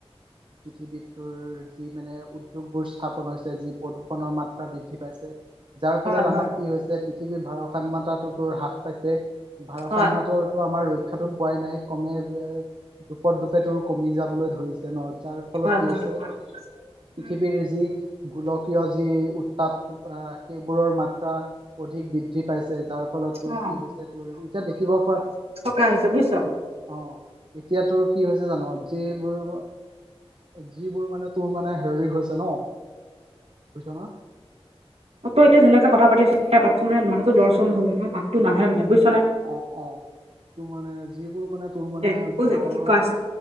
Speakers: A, on the right (about 55°); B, on the right (about 75°).
A: পৃথিৱীটোৰ যি মানে উদ্যোগবোৰ স্থাপন হৈছে যি প্ৰদূষণৰ মাত্ৰা বৃদ্ধি পাইছে। যাৰ ফলত
B: হয়
A: আমাৰ
B: হয়
A: কি হৈছে পৃথিৱীৰ ভাৰসাম্যতাটোৰ হ্ৰাস পাইছে। ভাৰসাম্যতাটোৰ
B: হয়
A: আমাৰ ৰক্ষাটোন পোৱাই নাই কমে <unintelligible> দুপট দুপে তোৰ কমি যাবলৈ ধৰিছে। ন যাৰ ফলত
B: হয়
A: কি
B: সেইটো
A: হৈছে পৃথিৱীৰ
B: হয় উম
A: যি গোলকীয় যি উত্তাপ আহ সেইবোৰৰ মাত্ৰা অধিক বৃদ্ধি পাইছে যাৰ ফলত তোৰ
B: অ
A: কি হৈছে তোৰ এতিয়া দেখিব পা
B: কা আহিছে বুইছ
A: অ এতিয়া তোৰ কি হৈছে জান, যিবোৰ যিবোৰ মানে তোৰ মানে হেৰি হৈছে ন, বুজিছ ন।
B: অ ত এতিয়া যেনেকে কথা পাতিছ তেনেকে মানুহটো লৰা চৰ নহবি মাততো নাহে নহলে বুইছ নে?
A: অ অ তোৰ মানে যিবোৰ মানে তোৰ মানে
B: দে হৈ
A: ঘৰৰ
B: যা কি কৈ আছ